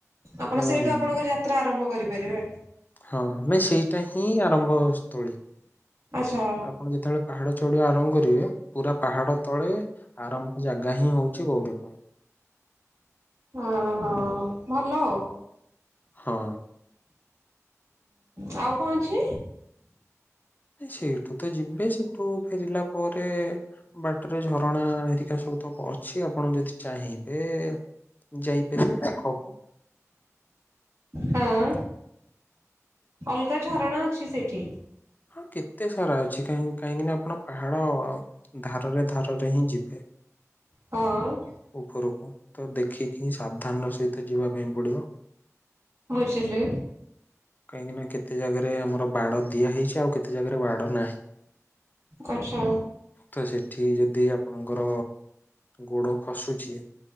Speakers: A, on the right; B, on the left.
A: ଆପଣ
B: ହୁଁ
A: ସେଇଠୁ ଆପଣଙ୍କ ଯାତ୍ରା ଆରମ୍ଭ କରିପାରିବେ।
B: ହଁ ମେ ସେଇଟା ହିଁ ଆରମ୍ଭ ସ୍ଥଳୀ।
A: ଆଚ୍ଛା।
B: ଆପଣ ଯେତେବେଳେ ପାହାଡ ଚଢିବା ଆରମ୍ଭ କରୁ ବେ ପୁରା ପାହାଡ ତଳେ ଆରମ୍ଭ ଜାଗା ହିଁ ହଉଛି ଗୌରୀ ଗୁଣ୍ଡ।
A: ଓହୋ ଭଲ ଆଉ।
B: ହଁ
A: ହଁ ଆଉ କଣ ଅଛି?
B: ସେଇଠୁ ତ ଯିବେ ସେଠୁ ଫେରିଲା ପରେ ବାଟରେ ଝରଣା ହେରିକା ସବୁତ ଅଛି ଆପଣ ଯଦି ଚାହିଁବେ ଯାଇପାରିବେ <unintelligible> ଦେଖବୁ <unintelligible>
A: ହଁ। ଅଲଗା ଝରଣା ଅଛି ସେଇଠି
B: ହଁ କେତେ ସାରା ଅଛି କାହିଁକି ନା ଆପଣ ପାହାଡ ଧାରରେ ଧାରରେ ହିଁ ଯିବେ
A: ହଁ
B: ଉପରକୁ ତ ଦେଖିକି ହିଁ <unintelligible> ସାବ ସ୍ଥାନ ସହିତ ଯିବା ପାଇଁ ପଡିବ
A: ବୁଝିଲି।
B: କାହିଁକି ନା କେତେ ଜାଗାରେ ଆମର ବାଡ଼ ଦିଆ ହେଇଛି ଆଉ କେତେ ଜାଗାରେ ବାଡ଼ <unintelligible>
A: ଆଚ୍ଛା
B: ତ ସେଠି ଯଦି ଆପଣଙ୍କର ଗୋଡ଼ ଖସୁଚି